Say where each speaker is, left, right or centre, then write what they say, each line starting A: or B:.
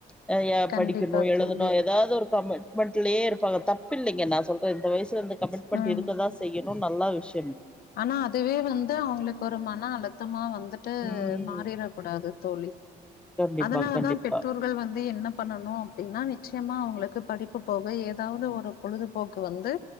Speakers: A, in the centre; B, on the left.
A: நெறயா
B: கண்டிப்பா
A: படிக்கணு எழுதணு
B: தோழி
A: ஏதாவது ஒரு கமெண்ட் மண்ட்லயே இருப்பாங்க தப்பு இல்லைங்க நா சொல்றே இந்த வயசுல இரு கமிட்மெண்ட்
B: ம்
A: இருக்கதா செய்யு இன்னு நல்லா விஷய
B: ஆனா அதுவே வந்து அவுங்களுக்கு ஒரு மன அழுத்தமா வந்துட்டு து
A: ம்
B: மாறிறடக் கூடாது தோழி
A: கண்டிப்பா
B: அதனால
A: கண்டிப்பா
B: தா பெற்றோர்கள் வந்து என்ன பண்ணனு அப்டின்னா நிச்சயமா அவுங்களுக்கு படிப்பு போக எதாவ்து ஒரு பொழுதுபோக்கு வந்து